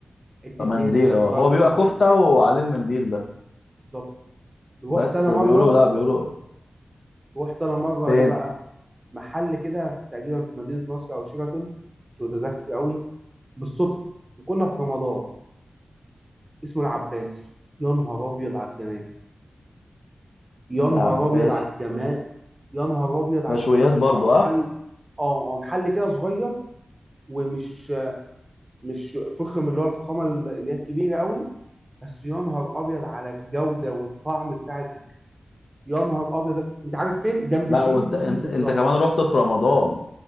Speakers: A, on the right; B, on the left.
A: حته
B: منديل
A: دهنه كده
B: اه
A: جدار
B: هو بيبقى
A: في المعده
B: كفتة وعليه المنديل ده
A: بالظبط رحت
B: بس
A: انا
B: بيقولوا
A: مره
B: لا بيقولوا
A: رحت انا مره
B: فين
A: ايه بقى محل كده في- تقريبا في مدينه نصر او شيراتون مش متذكر قوي بالصدفه وكنا في رمضان اسمه العباسي يا نهار ابيض على الجمال يا نهار
B: العباسي
A: ابيض على الجمال يا نهار ابيض على
B: مشويات
A: الجمال بتاعه
B: برضو
A: محل
B: اه
A: اه هو محل كده صغير ومش مش فخم اللي هو الفخامه اللي هي الكبيره قوي بس يا نهار ابيض على الجوده والطعم بتاع الاكل يا نهار ابيض انت عارف فين جنب
B: لا
A: شيرين
B: وانت
A: بزون
B: انت
A: بالظبط
B: انت كمان رحت في رمضان